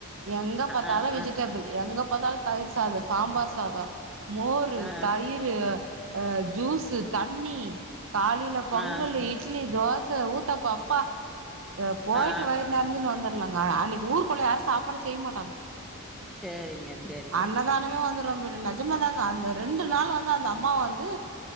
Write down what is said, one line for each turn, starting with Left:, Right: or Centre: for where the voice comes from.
Right: எங்க பாத்தாலு
Centre: ஆ
Right: வெஜிடபிள்
Centre: ஆ
Right: எங்க பாத்தாலு தயிர் சாதம் சாம்பார் சாதொம் மோரு,
Centre: ஆ
Right: தயிரு, அ ஜூஸு, தண்ணி. காலையில பொங்கலு,
Centre: ஆ ஆ
Right: இட்லி, தோ ச, ஊத்தப்பப்பா, அப்பா அ போயிட்டு
Centre: ஆ
Right: வயிறு நெறஞ்சுனு வந்த னுங்க அன்னிக்கி ஊருக்குள்ள யாரு சாப்பாடு செய்ய மாட்டாங்க
Centre: சேரிங்க செரி
Right: அன்னதானமே வந்துரு பெரியந நெஜமாதாங்க அந்த ரெண்டு நாள் வந்து அந்த அம்மா வந்து